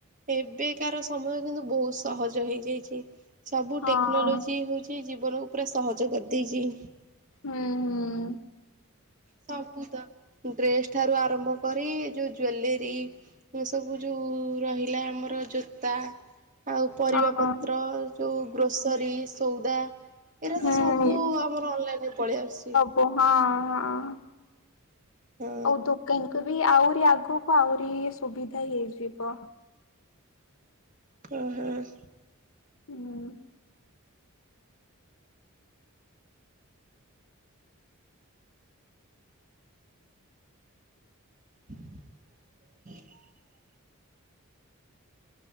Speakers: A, on the right (about 35°); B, on the left (about 65°).
A: ଏବେକାର ସମୟ କିନ୍ତୁ ବହୁତ ସହଜ ହେଇଯାଇଛି। ସବୁ
B: ହଁ
A: ଟେକ୍ନୋଲୋଜି ହଉଛି ଜୀବନକୁ ପରା ସହଜ କରିଦେଇଛି।
B: ହୁଁ ହୁଁ।
A: ସବୁ ତ ଡ୍ରେସ ଠାରୁ ଆରମ୍ଭ କରି ଯୋଉ ଜୁଏଲେରୀ ମ ସବୁ ଯଉଁ ରହିଲା ଆମର ଜୋତା ଆଉ ପରିବା
B: ହୁଁ
A: ପତ୍ର
B: ହଁ
A: ଯୋଉ ଗ୍ରୋସୋରୀ ସଉଦା ଏଇରା
B: ହୁଁ।
A: ତ ସବୁ ଆମର ଅନଲାଇନ ରେ ପଳେଇ ଆସୁଛି।
B: ଓ ହଁ ହଁ।
A: ହଁ।
B: ଆଉ ଦୋକାନୀ କୁ ବି ଆହୁରି ଆଗକୁ ଆହୁରି ସୁବିଧା ହେଇଯିବ।
A: ହୁଁ ହୁଁ।
B: ହୁଁ।
A: <inaudible>